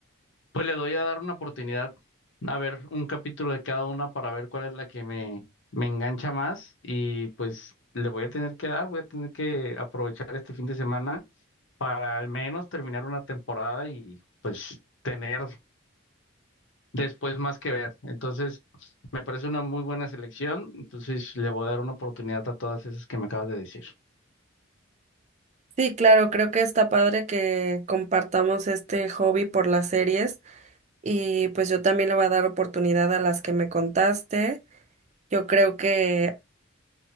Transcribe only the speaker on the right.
Sí, claro, creo que está padre que compartamos este hobby por las series y pues yo también le voy a dar oportunidad a las que me contaste. Yo creo que,